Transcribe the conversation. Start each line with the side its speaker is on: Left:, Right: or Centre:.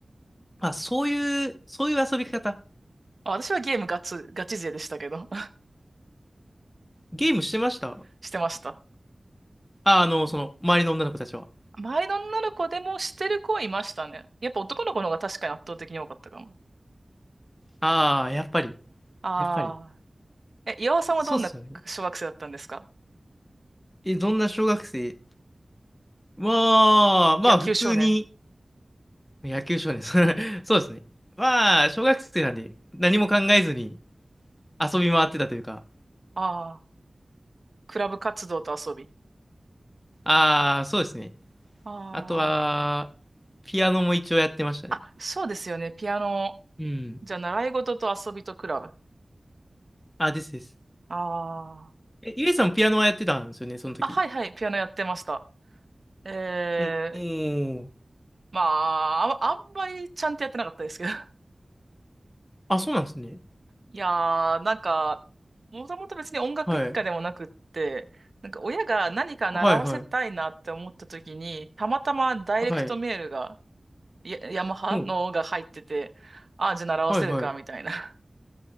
Left: あ、そういう、そういう遊び方。
Right: あ私はゲームガチ、ガチ勢でしたけど、
Left: ゲームしてました
Right: <laughs> してました。
Left: ああの、その、周りの女の子たちは。
Right: 周りの女の子でもしてる子はいましたね。やっぱ男の子の方が確かに圧倒的に多かったかも。
Left: ああ、やっぱり、
Right: あ
Left: やっぱり。
Right: あ。え、岩尾さんはどんな小学生だったんですか
Left: そうっすよね。え、どんな小学生まあ、まあ、
Right: 野球少年。
Left: 普通に、野球少年、<laughs> そうですね。まあ、小学生なんで、何も考えずに遊び回ってたというか。
Right: ああ。クラブ活動と遊び。
Left: ああ、そうですね。
Right: あ
Left: あとは、ピアノも一応やってましたね。
Right: あ。あ、そうですよね。ピアノ。
Left: うん。
Right: じゃあ、習い事と遊びとクラブ。
Left: あ、ですです。
Right: ああ。
Left: え、ゆえさんピアノはやってたんですよね、その時。
Right: あ、はいはい。ピアノやってました。ええ
Left: おおー。
Right: まあ、あ、あんまりちゃんとやってなかったですけど。
Left: あ、そうなんですね。
Right: いやー、なんか、もともと別に音楽一家でもなくって、
Left: はい。
Right: なんか親が何か習わせたいなって思った時に、
Left: はいはい。
Right: たまたまダイレクトメールが、
Left: はい。
Right: やヤマハのが入ってて、
Left: うん。
Right: ああ、じゃあ習わせるか、
Left: はいはい。
Right: みたいな <laughs>